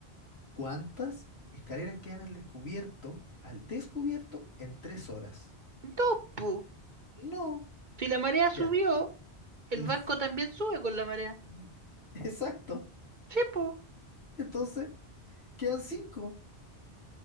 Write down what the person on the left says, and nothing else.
¿Cuántas escaleras quedan al descubierto, al descubierto en tres horas?
No,
ya.
<laughs>
no, Exacto.
Entonces, quedan cinco.